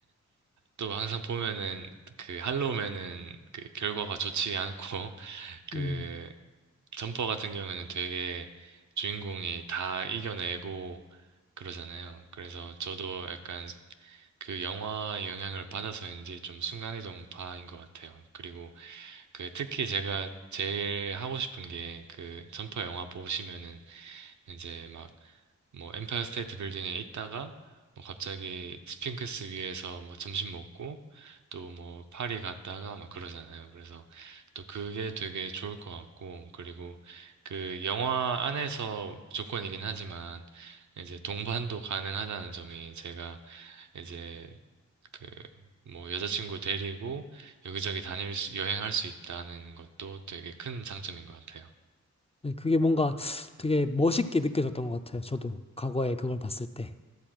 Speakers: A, on the right; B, on the left.
A: 또 항상 보면은 그 할로우맨은 그 결과가 좋지 않고 <laughs> 그
B: 음.
A: 점퍼 같은 경우에는 되게 주인공이 다 이겨내고 그러잖아요. 그래서 저도 약간 그 영화의 영향을 받아서인지 좀 순간이동파인 것 같아요. 그리고 그 특히 제가 제일 하고 싶은 게 그 점퍼 영화 보시면은 이제 막 뭐 엠파이어 스테이트 빌딩에 있다가 뭐 갑자기 스핑크스 위에서 뭐 점심 먹고 또 뭐 파리 갔다가 막 그러잖아요. 그래서 또 그게 되게 좋을 것 같고 그리고 그 영화 안에서 조건이긴 하지만 이제 동반도 가능하다는 점이 제가 이제 그 뭐 여자친구 데리고 여기저기 다닐 수, 여행할 수 있다는 것도 되게 큰 장점인 것 같아요.
B: 네, 그게 뭔가 되게 멋있게 느껴졌던 것 같아요. 저도 과거에 그걸 봤을 때.